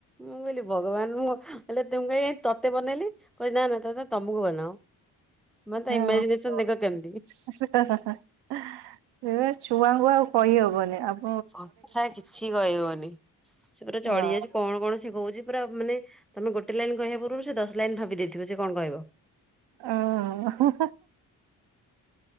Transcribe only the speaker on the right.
ଓହୋ
<unintelligible> <inaudible> ଏବେ ଛୁଆଙ୍କୁ ଆଉ କହିହବନି ଆଉ।
ହଁ।
ଓହୋ।